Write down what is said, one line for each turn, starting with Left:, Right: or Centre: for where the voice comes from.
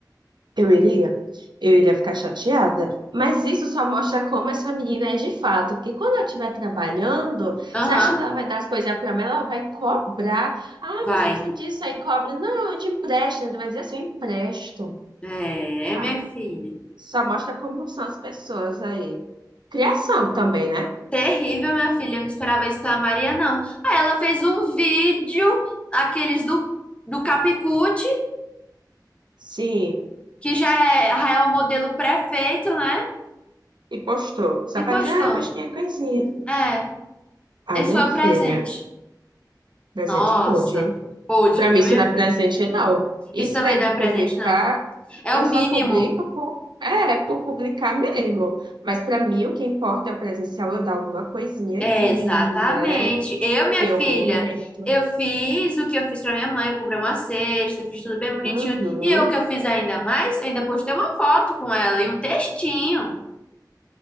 Right: Eu iria, eu iria ficar chateada. Mas isso só mostra como essa menina é de fato. Porque quando ela estiver trabalhando,
Left: Aham,
Right: você acha que ela vai dar as coisas para mim? Ela vai cobrar. Ah,
Left: vai.
Right: mas você precisa disso aí, cobra. Não, eu te empresto. Ele vai dizer assim, eu empresto.
Left: É,
Right: Ah,
Left: minha filha.
Right: só mostra como são as pessoas aí. Criação também, né?
Left: Terrível, minha filha. Eu não esperava isso pela Maria, não. Aí ela fez um vídeo, aqueles do, do Capicute,
Right: Sim,
Left: que já é, já é o modelo prefeito, né?
Right: e postou. Só
Left: E
Right: pra
Left: postou.
Right: dizer, ah, postinha coisinha.
Left: É,
Right: Ai,
Left: esse
Right: minha
Left: foi o
Right: filha,
Left: presente.
Right: presente
Left: Nossa,
Right: pôde.
Left: pôde,
Right: Para
Left: viu,
Right: mim, isso
Left: minha
Right: não é
Left: filha?
Right: presente, não. Isso
Left: Isso também
Right: daí
Left: não
Right: de
Left: é
Right: publicar,
Left: presente, não. É
Right: eu
Left: o
Right: só
Left: mínimo.
Right: publico por, é, por publicar mesmo. Mas para mim, o que importa é o presencial, eu dar alguma coisinha
Left: É,
Right: aqui,
Left: exatamente.
Right: né?
Left: Eu, minha
Right: Ter
Left: filha,
Right: o momento.
Left: eu fiz o que eu fiz pra minha mãe. Eu comprei uma cesta, fiz tudo bem bonitinho.
Right: Uhum.
Left: E eu, o que eu fiz ainda mais, ainda postei uma foto com ela e um textinho.